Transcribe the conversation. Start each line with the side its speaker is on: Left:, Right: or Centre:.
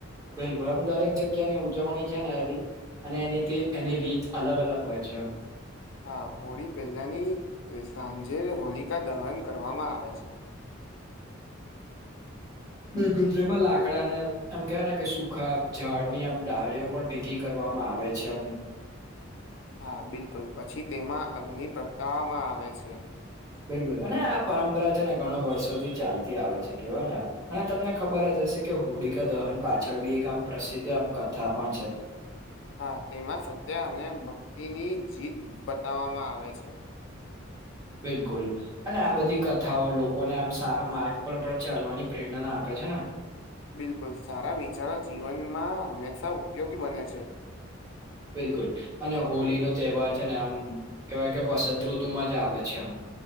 Right: બિલકુલ આમ દરેક જગ્યાની ઉજવણી છે ને હરી અને એની એની રીત અલગ અલગ હોય છે
Left: હા હોળી પહેલાની સાંજે હોલિકા દહન કરવામાં આવે છે
Right: બિલકુલ જેમાં લાકડા ને એમ કેવાય ને કે સુખા ઝાડ ની આમ ડાળીઓ પણ ભેગી કરવામાં આવે છે એમ
Left: હા બિલકુલ પછી તેમાં અગ્નિ પ્રગટાવવામાં આવે છે.
Right: બિલકુલ અને આ પરંપરા છે ને ઘણો વર્ષો થી ચાલતી આવે છે કેવાય ને અને તમને ખબર જ હશે કે હોડીકા દહન પાછળ બી એક આમ પ્રસિદ્ધ આમ કથા પણ છે
Left: હા તેમાં સત્ય અને ભક્તિની જીત બતાવવામાં આવે છે
Right: બિલકુલ અને આ બધી કથાઓ લોકોને આમ સારા માર્ગ પર પણ ચાલવાની પ્રેરણાના આપે છે ને.
Left: બિલકુલ, સારા વિચારો જીવનમાં હમેશા ઉપયોગી બને છે.
Right: બિલકુલ, અને હોલીનો તહેવાર છે ને, આમ કેવાય કે વસંત ઋતુમાં જ આવે છે એમ.